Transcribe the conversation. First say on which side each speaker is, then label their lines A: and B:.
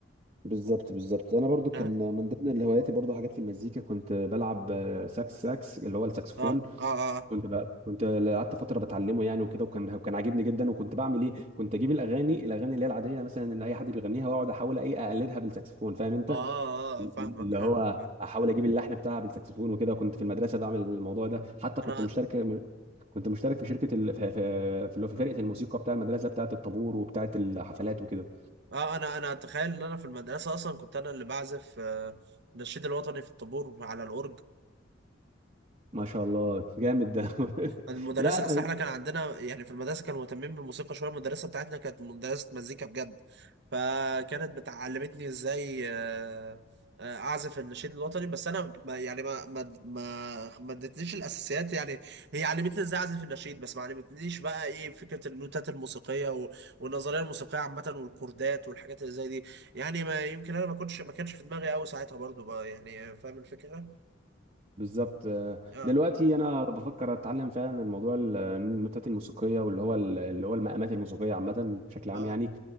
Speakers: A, on the right; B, on the right.
A: بالظبط بالظبط انا برضو كان
B: اه
A: من ضمن اللي هواياتي برضو حاجات في المزيكا كنت بلعب آه، ساكس ساكس اللي هو الساكسفون
B: اه اه اه
A: كنت بقى كنت قعدت فتره بتعلمه يعني وكده وكان كان عاجبني جدا وكنت بعمل ايه كنت اجيب الاغاني الاغاني اللي هي العاديه مثلا ان اي حد بيغنيها واقعد احاول ايه اقلدها بالساكسفون فاهم انت
B: اه آه، فاهمك
A: اللي
B: فاهمك
A: هو احاول اجيب اللحن بتاعها بالساكسفون وكده كنت في المدرسه بعمل الموضوع ده حتى
B: انا
A: كنت مشترك كنت مشترك في شركه ال... في في في اللي هو في فرقه الموسيقى بتاع المدرسه بتاعه الطابور وبتاعه الحفلات وكده
B: اه انا انا اتخيل ان انا في المدرسه اصلا كنت انا اللي بعزف آه، النشيد الوطني في الطابور على الاورج
A: ما شاء الله جامد ده <laughs>
B: المدرسة
A: لا
B: أصل إحنا كان عندنا يعني في المدرسة كانوا مهتمين بالموسيقى شوية المدرسة بتاعتنا كانت مدرسة مزيكا بجد فكانت بتعلمتني إزاي آه، آه، أعزف النشيد الوطني بس أنا ما يعني ما ما ما ما ادتنيش الأساسيات يعني هي علمتني إزاي أعزف النشيد بس ما علمتنيش بقى إيه فكرة النوتات الموسيقية و- والنظرية الموسيقية عامة والكوردات والحاجات اللي زي دي يعني ما يمكن أنا ما كنتش ما كانش في دماغي أوي ساعتها برضو بقى يعني فاهم الفكرة؟
A: بالظبط آه،
B: آه
A: دلوقتي انا بفكر اتعلم فعلا الموضوع ال- النوتات الموسيقيه واللي هو ال- اللي هو المقامات الموسيقيه عامه بشكل عام
B: آه
A: يعني